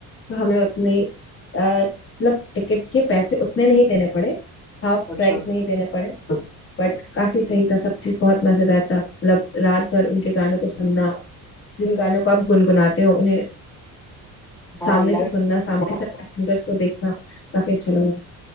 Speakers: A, on the left; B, in the centre.
A: तो हमें उतने ही अ, मतलब टिकट के पैसे उतने नहीं देने पड़े हाफ
B: अच्छा
A: प्राइस नहीं देने पड़े बट काफी सही था सब चीज बहुत मजेदार था मतलब रात भर उनके गानों को सुनना जिन गानों को आप गुनगुनाते हो उन्हें सामने
B: हाँ हाँ लाइफ
A: से सुनना सामने से अपने सिंगर्स को देखना काफी अच्छा लगा